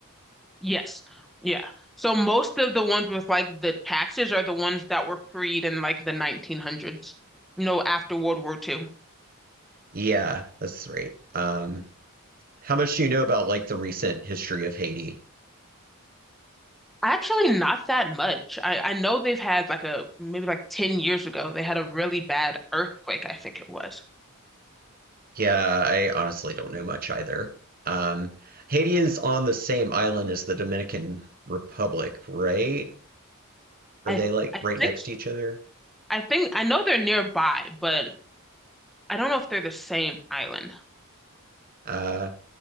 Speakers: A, in the centre; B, on the right.
A: Yes. Yeah. So most of the ones with like the taxes are the ones that were freed in like the 1900s, you know, after World War Two.
B: Yeah, that's right. Um, how much do you know about like the recent history of Haiti?
A: Actually, not that much. I, I know they've had like a maybe like 10 years ago, they had a really bad earthquake, I think it was.
B: Yeah, I honestly don't know much either. Um, Haiti is on the same island as the Dominican Republic, right? Are
A: I
B: they like
A: I
B: right
A: think
B: next to each other?
A: I think I know they're nearby, but I don't know if they're the same island.
B: Uh,